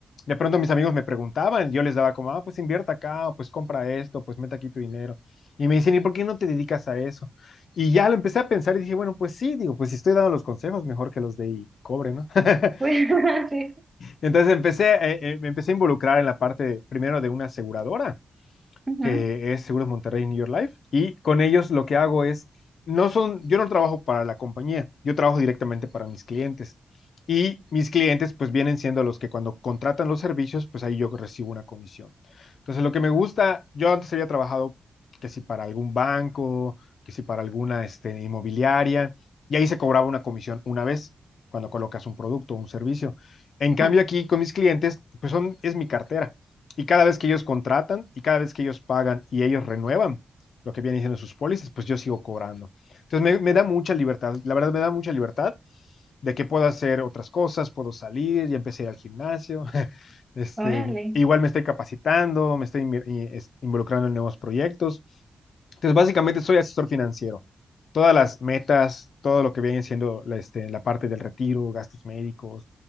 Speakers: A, on the left (about 70°); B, on the right (about 20°).
A: De pronto mis amigos me preguntaban, yo les daba como, ah, pues invierta acá, o pues compra esto, pues mete aquí tu dinero. Y me dicen, ¿y por qué no te dedicas a eso? Y ya lo empecé a pensar y dije, bueno, pues sí, digo, pues si estoy dando los consejos, mejor que los de y cobre, ¿no? <laughs>
B: pues <laughs> sí,
A: Entonces empecé, eh, eh, me empecé a involucrar en la parte primero de una aseguradora
B: ujú.
A: que es Seguros Monterrey New York Life, y con ellos lo que hago es, no son, yo no trabajo para la compañía, yo trabajo directamente para mis clientes. Y mis clientes pues vienen siendo los que cuando contratan los servicios, pues ahí yo recibo una comisión. Entonces lo que me gusta, yo antes había trabajado que si para algún banco, que si para alguna este, inmobiliaria, y ahí se cobraba una comisión una vez cuando colocas un producto o un servicio. En cambio
B: Ajá,
A: aquí con mis clientes, pues son, es mi cartera. Y cada vez que ellos contratan y cada vez que ellos pagan y ellos renuevan lo que vienen diciendo sus pólizas, pues yo sigo cobrando. Entonces me, me da mucha libertad, la verdad me da mucha libertad de que puedo hacer otras cosas, puedo salir, ya empecé a ir al gimnasio, <laughs> este,
B: Órale,
A: igual me estoy capacitando, me estoy inv- in- involucrando en nuevos proyectos. Entonces, básicamente soy asesor financiero todas las metas, todo lo que viene siendo la, este, la parte del retiro, gastos médicos,